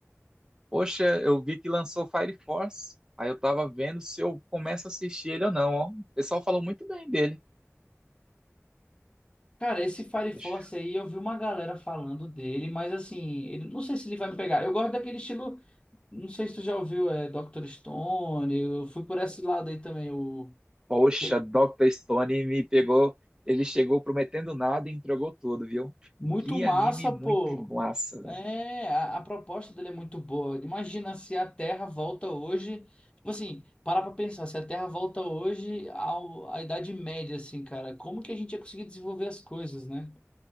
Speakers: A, on the right (about 15°); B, on the left (about 20°).
A: Poxa, eu vi que lançou Fire Force. Aí eu tava vendo se eu começo a assistir ele ou não, ó. O pessoal falou muito bem dele.
B: Cara, esse Fire
A: Deixa-
B: Force aí, eu vi uma galera falando dele, mas assim, ele, não sei se ele vai me pegar. Eu gosto daquele estilo, não sei se tu já ouviu, é Dr. Stone, eu fui por esse lado aí também, o
A: Poxa,
B: que é
A: Dr. Stone me pegou. Ele chegou prometendo nada e entregou tudo, viu?
B: muito
A: Que
B: massa,
A: anime muito
B: pô.
A: massa, velho.
B: É, a, a proposta dele é muito boa. Imagina se a Terra volta hoje, tipo assim, para pra pensar, se a Terra volta hoje ao, à Idade Média, assim, cara, como que a gente ia conseguir desenvolver as coisas, né?